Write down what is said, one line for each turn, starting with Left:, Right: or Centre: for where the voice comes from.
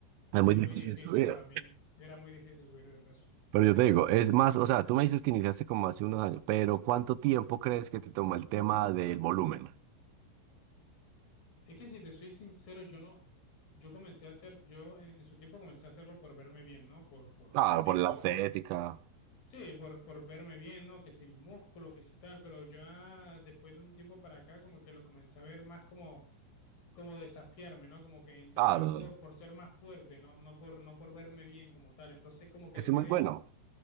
Left: Sí,
Right: Es muy
Left: es muy
Right: difícil
Left: difícil
Right: subir.
Left: para mí, era muy difícil subir de peso.
Right: Pero yo te digo, es más, o sea, tú me dices que iniciaste como hace unos años, pero ¿cuánto tiempo crees que te tomó el tema del volumen?
Left: Es que si te soy sincero, yo no, yo comencé a hacer, yo en, en su tiempo comencé a hacerlo por verme bien, ¿no? Por, por,
Right: Claro,
Left: listo,
Right: por la estética.
Left: por, sí, por, por verme bien, ¿no? Que si el músculo, que si tal, pero ya después de un tiempo para acá, como que lo comencé a ver más como, como desafiarme, ¿no? Como que entrenar
Right: Claro,
Left: por, por ser más fuerte, ¿no? No por, no por verme bien como tal. Entonces, como que
Right: es
Left: dejé
Right: muy
Left: de,
Right: bueno.